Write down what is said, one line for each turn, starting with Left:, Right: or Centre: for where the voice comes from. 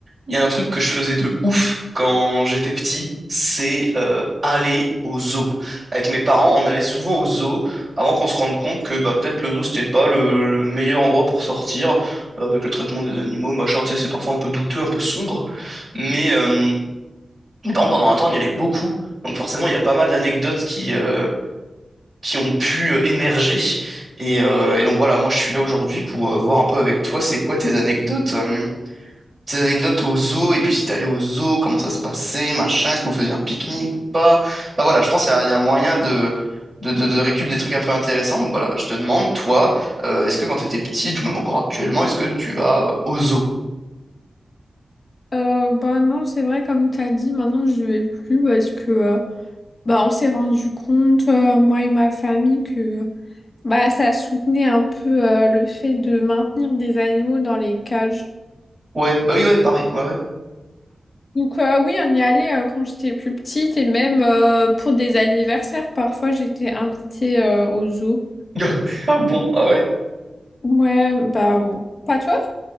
Right: Il y a un truc que je faisais de ouf quand j'étais petit, c'est euh, aller au zoo. Avec mes parents, on allait souvent au zoo avant qu'on se rende compte que bah, peut-être le zoo, c'était pas le, le meilleur endroit pour sortir, euh, avec le traitement des animaux, machin, tu sais, c'est parfois un peu douteux, un peu sombre. Mais euh, mais par contre, pendant un temps, on y allait beaucoup. Donc forcément, il y a pas mal d'anecdotes qui, euh, qui ont pu euh, émerger. Et, euh, et donc voilà, moi, je suis là aujourd'hui pour euh, voir un peu avec toi, c'est quoi tes anecdotes. euh, tes anecdotes au zoo, et puis si t'es allé au zoo, comment ça se passait, machin, est-ce que vous faisiez un pique-nique ou pas? Enfin voilà, je pense qu'il y a, il y a moyen de, de, de, de récup des trucs un peu intéressants. Donc voilà, bah, je te demande, toi, euh, est-ce que quand t'étais petite, ou même encore actuellement, est-ce que tu vas euh, au zoo?
Left: Euh, bah non, c'est vrai, comme t'as dit, maintenant je vais plus parce que euh, bah, on s'est rendu compte, euh, moi et ma famille, que bah, ça soutenait un peu euh, le fait de maintenir des animaux dans les cages.
Right: Ouais, bah oui, ouais, pareil, ouais, ouais.
Left: Donc euh, oui, on y allait euh, quand j'étais plus petite et même euh, pour des anniversaires, parfois j'étais invitée euh, au zoo.
Right: <laughs> Ah bon? Ah ouais?
Left: Ouais, bah bon. Pas toi?